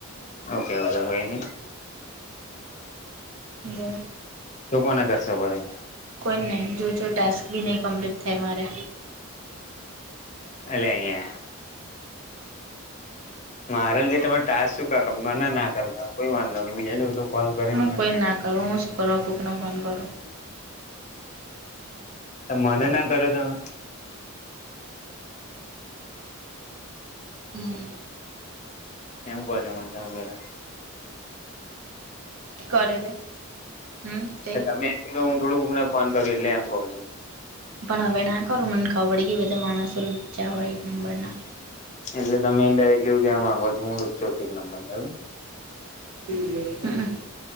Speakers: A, on the left; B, on the right.
A: ઓકે ઓ છે કોઈ ન.
B: ના.
A: તો કોને કરશે ભરી?
B: કોઈ નહીં જોજો ટાસ્ક બી નહીં કમ્પ્લીટ થાય મારે.
A: અલે યા. મારા લીધે તમે ટા શ ક ના ના કરતા કોઈ વાંધ નો નહી બીજા જોડ કોલ કરીને
B: હું
A: વાત
B: કોઈ ના કરું હું શુક્રવા ફૂકને ફોન કરું?
A: મને ના કર્યો તમે
B: હમ.
A: એમ કોજ તમે પેલા.
B: કરે તે હમ તે
A: હ તમે હું થોડુંકક ને ફોન કરું એટલે એમ કઉ છું.
B: પન હવે ના કરું મને ખબર પડી ગઈ બધા માણસો લુચ્ચા હોય એક નંબર ના.
A: એટલે તમે ઇંડેરેકટલી એવું કેવા માંગો છો હું લુચો ચુ એક નંબર નો એવું?
B: હન.